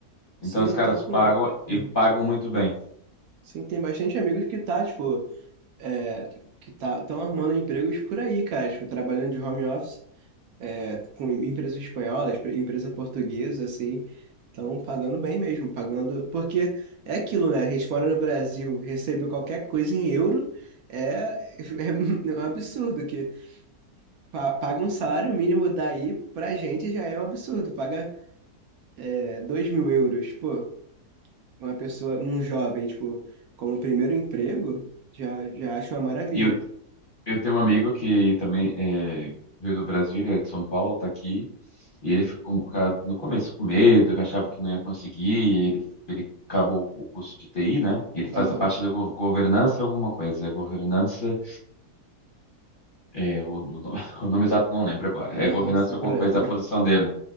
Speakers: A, on the left; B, on the right.
A: Então,
B: Sim,
A: os
B: eu
A: caras
B: tô com.
A: pagam e
B: Uhum.
A: pagam muito bem.
B: Sim, tem bastante amigos que tá, tipo, é, que tá, estão arrumando empregos por aí, cara, tipo, trabalhando de home office. é, com empresas espanholas, empresa portuguesa, assim, estão pagando bem mesmo, pagando. Porque é aquilo, né? A gente fora no Brasil, recebe qualquer coisa em euro, é, <laughs> é um absurdo que pa- paga um salário mínimo daí pra gente já é um absurdo. Paga é, 2 mil euros, pô, uma pessoa, um jovem, tipo, como primeiro emprego, já, já acho uma maravilha.
A: E Eu tenho um amigo que também é, veio do Brasil, ele é de São Paulo, tá aqui, e ele ficou um bocado no começo com medo, que achava que não ia conseguir, e ele, ele acabou o curso de TI, né? Ele faz
B: Aham,
A: a parte da gov- governança alguma coisa, é governança, é, o, o- <laughs> o nome exato não lembro agora,
B: aham,
A: é governança
B: sem
A: alguma
B: problema.
A: coisa, a posição
B: <laughs>
A: dele.